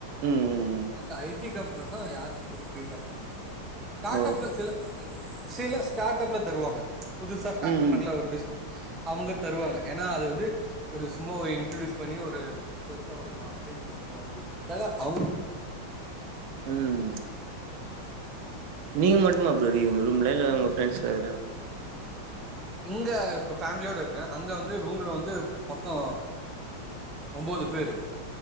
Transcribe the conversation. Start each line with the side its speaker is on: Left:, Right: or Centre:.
Right: ம் ம்
Centre: மத்த ஐ ‌டி கம்பெனில இருந்து யாருக்கு ஃபுட் ஃப்ரீ தரமாட்டாங்க ஸ்டார்டப்ல
Right: ஓ
Centre: சில ஸ்டி சில ஸ்டார்ட் அப்ல தருவாங்க புதுசா ஸ்டார்ட்
Right: ம்
Centre: பண்றாங்கள
Right: ம்
Centre: ஒரு பிஸ் அவுங்க தருவாங்க ஏன்னா அது வந்து அப்டி சும்மா ஒரு இன்ட்ரடியூஸ் பண்ணி ஒரு செத்தா வரணுமா சேஞ்சு பண்ணும் அப்டின்றதுக்காக அவுர்
Right: உம் நீங்க மட்டும்மா ப்ரோயிருக்கிங்க ரூம்ல இல்ல உங்க ஃப்ரெண்ட்ஸ்ல யாரும்
Centre: இங்க இப்ப ஃபேமிலியோட இருக்கே அங்க வந்து ரூம்ல வந்து மொத்தோ ஒம்பது பேரு